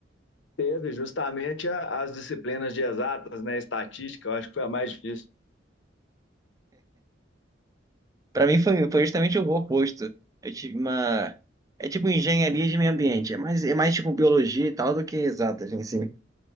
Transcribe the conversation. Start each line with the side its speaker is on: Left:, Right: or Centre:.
Left: Teve justamente a- as disciplinas de exatas, né? Estatística, eu acho que foi a mais difícil.
Right: Pra mim foi, foi justamente o oposto. Eu tive uma... É tipo engenharia de meio ambiente, é mais, é mais tipo biologia e tal do que exatas em si.